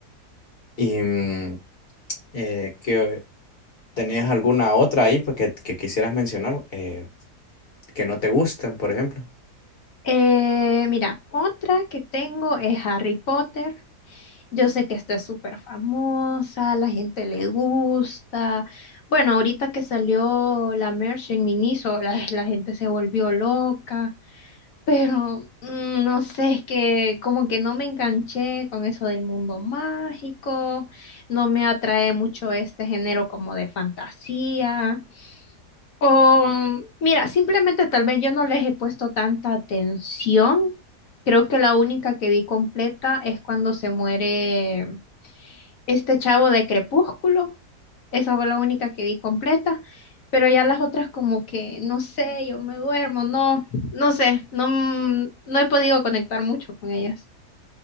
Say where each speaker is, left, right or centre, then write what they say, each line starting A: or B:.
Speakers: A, on the left; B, on the left.
A: Y mm, eh, que tenías alguna otra ahí pues, que, que quisieras mencionar eh, que no te gustan, por ejemplo.
B: Eh, mira, otra que tengo es Harry Potter. Yo sé que esta es súper famosa, la gente le gusta. Bueno, ahorita que salió la merch en Miniso, la, la gente se volvió loca. Pero mm, no sé, es que como que no me enganché con eso del mundo mágico, no me atrae mucho este género como de fantasía. O mira, simplemente tal vez yo no les he puesto tanta atención. Creo que la única que vi completa es cuando se muere este chavo de Crepúsculo. Esa fue la única que vi completa, pero ya las otras como que, no sé, yo me duermo, no, no sé, no, m- no he podido conectar mucho con ellas.